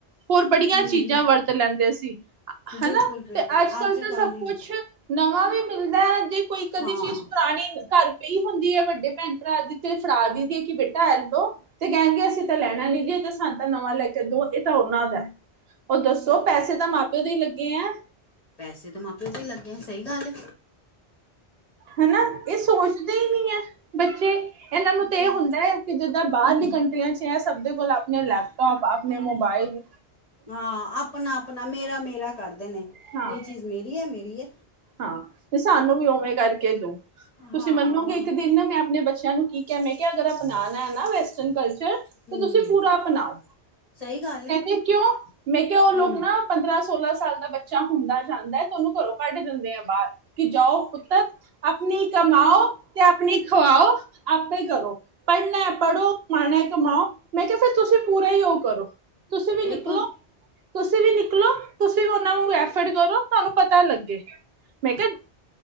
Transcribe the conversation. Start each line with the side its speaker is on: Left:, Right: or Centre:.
Right: ਹੋਰ ਬੜੀਆਂ
Left: ਹਮ
Right: ਚੀਜਾ
Left: ਹਮ
Right: ਵਰਤ ਲੈਂਦੇ ਸੀ
Left: ਬਿਲਕੁਲ
Right: ਹਨਾ
Left: ਬਿਲਕੁਲ
Right: ਤੇ ਆੱਜ-ਕਾੱਲ
Left: ਅੱਜ
Right: ਤਾਂ
Left: ਕੱਲ੍ਹ
Right: ਸਬ
Left: ਨਹੀਂ
Right: ਕੋਛ ਨਵਾਂ ਵੀ ਮਿਲਦੈ ਜੇ ਕੋਈ ਕਦੀ
Left: ਹਾਂ
Right: ਚੀਜ ਪੁਰਾਨੀ ਘਾੱਰ ਪਈ ਹੋਂਦੀ ਹੈ ਵੱਡੇ ਪੈਣ-ਪਰਾ ਦੀ ਤੇ ਫੜਾ ਦੇਦੀ ਐ ਕਿ ਬੇਟਾ ਐ ਲੋੋ ਤੇ ਕੈਨਗੇ ਅਸੀ ਤਾ ਲੈਨਾ ਨੀ ਜੀ ਐ ਤੇ ਸਾਨ ਤਾ ਨਵਾ ਲੈ ਕੇ ਦੋ ਏ ਤਾ ਓਨਾ ਦੈ। ਓ ਦੱਸੋ ਪੈਸੇ ਤਾ ਮਾਂ-ਪਯੋ ਦੇ ਈ ਲੱਗੇ ਐ।
Left: ਪੈਸੇ ਤੇ ਮਾਂ-ਪਯੋ ਦੇ ਈ ਲੱਗੇ ਐ ਸਈ ਗਾੱਲ ਏ।
Right: ਹੈਨਾ ਇ ਸੋਚਦੇ ਈ ਨੀ ਐ, ਬੱਚੇ ਏਨਾ ਨੂੰ ਤੇ
Left: ਪੈ
Right: ਏ ਹੋਂਦੈ ਕਿ ਜਿੱਦਾਂ ਬਾਰਲੀ ਕੰਟਰੀਆਂ ਚ ਐ ਸੱਬ ਦੇ ਕੋਲ ਆਪਨੇ ਲੈਪਟੋਪ ਆ ਆਪਨੇ ਮੋਬਾਇਲ
Left: ਆ ਆਪਨਾ-ਆਪਨਾ ਮੇਰਾ-ਮੇਰਾ ਕਰਦੇ ਨੇ
Right: ਹਾਂ
Left: ਯੇ ਚੀਜ਼ ਮਰੀ ਐ ਮਰੀ ਐ।
Right: ਹਾਂ ਤੇ ਸਾਨੂੰ ਵੀ ਓਵੇ ਕਾਰਕੇ ਦੋ, ਤੁਸੀ
Left: ਹਾਂ
Right: ਮਨੋਗੇ
Left: ਉਹੀ
Right: ਇੱਕ ਦਿਨ ਨਾ ਮੈਂ ਅਪਨੇ ਬੱਚੇਆਂ ਨੂੰ ਕਿ ਕਯਾ ਮੈਂ ਕਯਾ ਅਗਰ ਅਪਨਾਨਾ ਐ ਨਾ ਵੈਸਟੱਨ ਕਲਚਰ ਤੇ
Left: ਹਮ
Right: ਤੁਸੀ ਪੂਰਾ ਅਪਨਾਓ,
Left: ਸਹੀ ਗੱਲ ਹੈ
Right: ਕੈਂਦੇ ਕਯੋ ਮੈਂ ਕਯਾ ਓ ਲੋਗ
Left: ਹਮ
Right: ਨਾ ਪੰਦਰਾ ਸੋਲਾ ਸਾਲ ਦਾ ਬੱਚਾ ਹੁੰਦਾ ਜਾਂਦੈ ਤੇ ਉਨੂੰ ਘੱਰੋ ਕੱਢ ਦੇਂਦੇ ਐ ਬਾਰ। ਕਿ ਜਾਓ ਪੁੱਤਰ ਆਪਨੀ ਕਮਾਓ ਤੇ ਆਪਨੀ ਖਵਾਓ ਆਪੇ ਕਰੋ। ਪੜਨੈ ਪੜੋ ਕਮਾਣਾ ਐ ਕਮਾਓ, ਮੈਂ ਕਯਾ ਫੇਰ ਤੁਸੀ ਪੂਰਾ ਈ ਓ ਕਰੋ। ਤੁਸੀਂ ਵੀ
Left: ਬਿਲਕੁਲ।
Right: ਨਿਕਲੋ ਤੁਸੀਂ ਵੀ ਨਿਕਲੋ ਤੁਸੀਂ ਵੀ ਉਹਨਾ ਨੂੰ ਐਫਡ ਕਰੋ ਤੁਹਾਨੂੰ ਪਤਾ ਲੱਗੇ। ਮੈਂ ਕਿਹਾ,